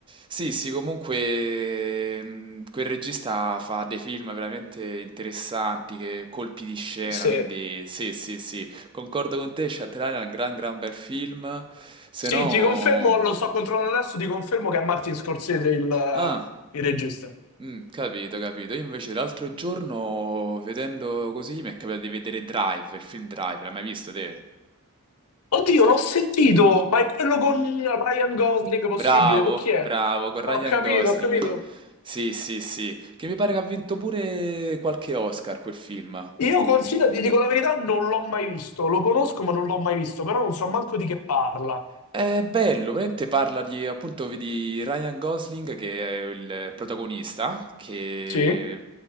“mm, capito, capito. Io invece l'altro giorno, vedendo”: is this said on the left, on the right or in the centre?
Right